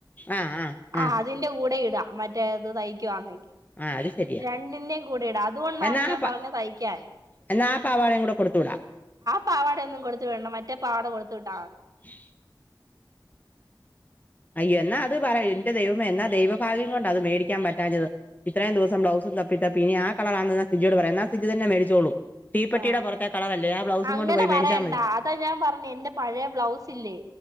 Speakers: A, on the left; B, on the right.
A: ആഹ് ആഹ്
B: ആ
A: ആഹ്
B: അതിന്റെ കൂടെ ല്ല മറ്റേത് തയ്ക്കുവാന്നെ
A: ആ അത് ശരിയാ
B: രണ്ടിന്റെയും കൂടെ ഇടാം അതുകൊണ്ടാണ്
A: എന്നാപ്പ
B: ഞാൻ പറഞ്ഞത് തയ്ക്കാന്
A: എന്നാ ആ പാവാടയും കൂടെ കൊടുത്തു വിടാം
B: പാവാടാ ഒന്നും കൊടുത്തു വിടണ്ട മറ്റേ പാവാടാ കൊടുത്തു വിട്ടാ
A: ശ് അയ്യൊ എന്നാ അത് പറയ് എന്റെ ദൈവമേ എന്നാ ദൈവഭാഗ്യം കൊണ്ടാ അത് മേടിക്കാൻ പറ്റാഞ്ഞത് ഇത്രേം ദിവസം ബ്ലൗസും തപ്പി പിന്ന ആ കളർ ആണെന്ന് സിജിയോട് പറ എന്നാ സിജി തന്നെ മേടിച്ചോളും തീപ്പെട്ടിയുടെ
B: ആ
A: പുറത്തെ കളറല്ലേ ആ ബ്ലൗസും
B: അങ്ങനെ
A: കൊണ്ട് പോയി
B: പറയണ്ട
A: മേടിച്ചാൽ മതി
B: അതാ ഞാൻ പറഞ്ഞെ എന്റെ പഴയ ബ്ലൗസ് ഇല്ലേ